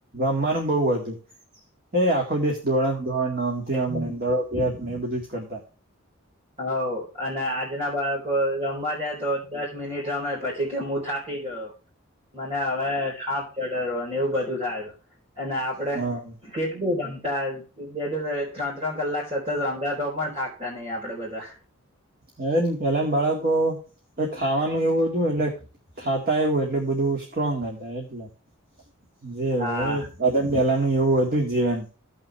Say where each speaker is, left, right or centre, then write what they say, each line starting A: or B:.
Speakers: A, on the right; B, on the right.
A: રવાનું, બહ હતું. એ આખો દેશ દોડાણ, દોડાણ આમથી
B: હવ
A: આમને, દડો બેટ ને એ બધુંજ કરતા.
B: હ, અને આજના બાળકો રમવા, જાય તો દસ મિનિટ રમે પછી કે હું થાકી ગયો, મને હવે, હાપ ટરો અને એવું, બધું થાય. અને આપડે
A: હા
B: કેટલું રમતા બે, બે, ત્રણ, ત્રણ કલાક સતત રમતા તો પણ થાકતા નહી આપડે આપડ બધા
A: હવેન પેલાન બાળકો ખાવાનું એવું હતું એટલે ખાતા એવું એટલે બધું સ્ટ્રોંગ હતા એટલે જે
B: હા
A: હોય એ <unintelligible> ને એવું હતુ જીવન